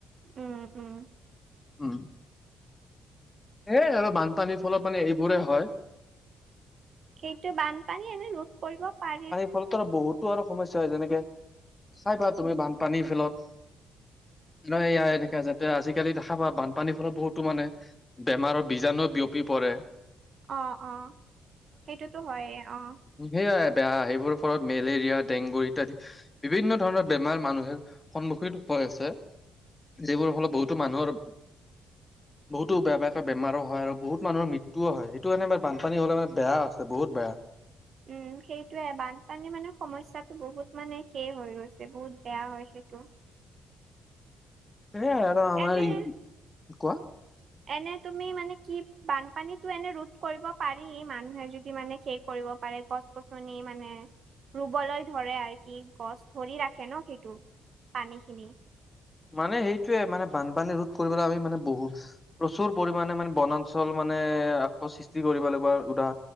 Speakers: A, on the right; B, on the left.
A: উম, উম।
B: উম। এ আৰু বানপানীৰ ফলত মানে এইবোৰে হয়।
A: সেইটো, বানপানী এনে ৰোধ কৰিব পাৰি।
B: ফলত আৰু বহুতো আৰু সমস্যা হয় যেনেকে- চাই পা তুমি বানপানীৰ ফলত। নহয় এয়া এনেকা যাতে, আজিকালি দেখা পোৱা বানপানীৰ ফলত বহুতো মানে বেমাৰৰ বীজাণুও বিয়পি পৰে।
A: অ', অ', সেইটোতো হয়েই অ'।
B: সেইয়াই বেয়া, সেইবোৰৰ ফলত মেলেৰিয়া, ডেংগু ইত্যাদি। বিভিন্ন ধৰণৰ বেমাৰ মানুহে, সন্মুখীন হৈ আছে, যিবোৰ ফলত বহুতো মানুহৰ বহুতো বেয়া বেয়াকৈ বেমাৰো হয় আৰু বহুত মানুহৰ মৃত্যুও হয়, সেইটো কাৰণে বানপানী হ'লে মানে বেয়া আছে বহুত বেয়া।
A: উম, সেইটোয়ে বানপানী মানে সমস্যাটো বহুত মানে শে হৈ গৈছে বহুত বেয়া হয় সেইটো।
B: এ আৰু আমাৰ
A: এনে
B: ই কোৱা।
A: এনে তুমি মানে কি বানপানীতো এনে ৰোধ কৰিব পাৰি, মানুহে যদি মানে সেই কৰিব পাৰে গছ, গছনি মানে ৰুবলৈ ধৰে আৰু কি গছ ধৰি ৰাখে ন' সেইটো। পানী খিনি।
B: মানে সেইটোয়ে, মানে বানপানী ৰোধ কৰিবলৈ আমি মানে বহুত প্ৰচুৰ পৰিমাণে মানে বনাঞ্চল মানে আকৌ সৃষ্টি কৰিব লাগিব উদা